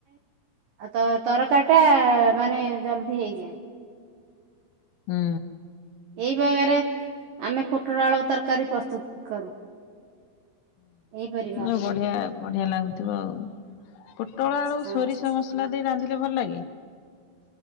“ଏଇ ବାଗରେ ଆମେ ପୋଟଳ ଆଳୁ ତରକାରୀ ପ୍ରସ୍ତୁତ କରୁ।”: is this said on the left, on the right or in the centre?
Right